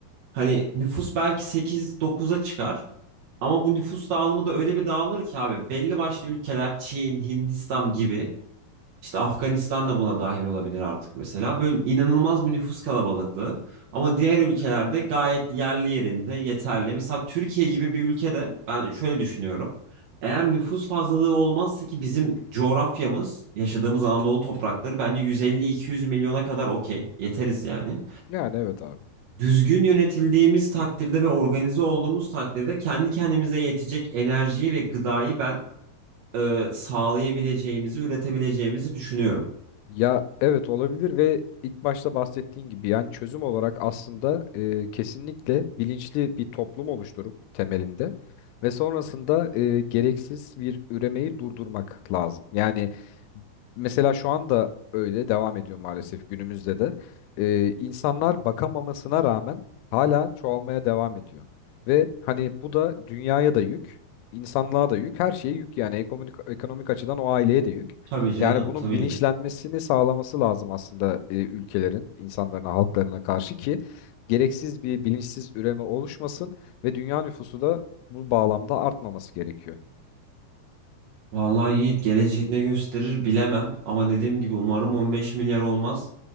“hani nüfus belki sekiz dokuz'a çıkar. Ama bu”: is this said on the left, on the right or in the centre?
Right